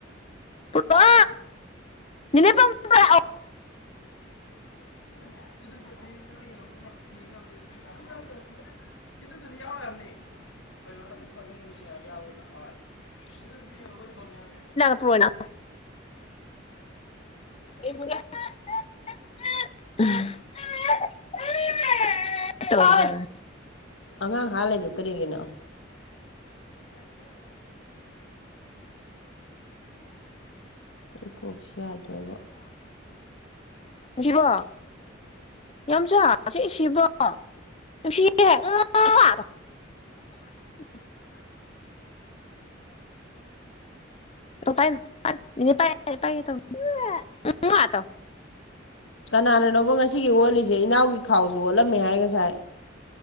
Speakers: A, on the left; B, on the left.
A: ꯄ ꯅꯅꯦ ꯄ꯭ꯔ
B: <inaudible> <inaudible> ꯌꯥꯎ <unintelligible>
A: <unintelligible> <unintelligible> ꯇ <unintelligible>
B: ꯑꯉꯥꯡ ꯍꯥ ꯂꯩꯗꯨ ꯀꯔꯤꯒꯤꯅꯣ ꯑꯩ ꯀꯣꯛꯁꯨ ꯌꯥꯗ꯭ꯔꯦꯕ
A: ꯁꯤꯕꯣ ꯌꯥꯝ ꯁꯥ ꯁꯤ ꯁꯤꯕ꯭ꯔꯣ ꯑꯣ ꯑꯣ
B: ꯎꯝ
A: <unintelligible>
B: <inaudible>
A: ꯠꯇ ꯄꯥꯏꯅꯥꯏ ꯏꯅꯦ ꯄꯥꯏ ꯄꯥꯏ ꯑꯇ <unintelligible>
B: ꯀꯅꯥꯅꯅꯣꯕ ꯉꯁꯤꯒꯤ ꯍꯣꯂꯤꯁꯦ ꯏꯅꯎꯒꯤ ꯈꯥꯎꯁꯨ ꯑꯣꯠꯂꯝꯃꯦ ꯍꯥꯏꯒꯁꯥꯏ